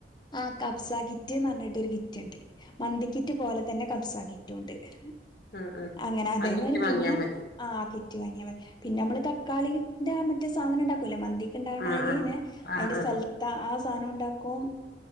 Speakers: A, on the left; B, on the left.
A: ആഹ കബ്സ കിറ്റ് ന്നു പറഞ്ഞിട്ട് ഒരു കിറ്റ്ണ്ട് മന്തിക്കിറ്റ് പോലെ തന്നെ കബ്സ കിറ്റും ഉണ്ട് കിറ്റ്ണ്ട്
B: ആഹ് ആഹ്
A: അങ്ങനെ അതേമാതിരി
B: ആ കിറ്റ് വാങ്ങിയാ
A: പിന്നെ
B: മതി
A: ആ കിറ്റ് വാങ്ങിയാ മതി പിന്നെ നമ്മള് തക്കാളി ന്റെ ആ മറ്റേ സാധനണ്ടാക്കൂല്ലേ മന്തിക്കിണ്ടാവ്ന്ണ
B: ആഹ്
A: ആയിന്
B: ആഹ് ആഹ്
A: അയ്ന്റെ
B: ആഹ്
A: സൽത്ത ആ സാനോണ്ടാക്കും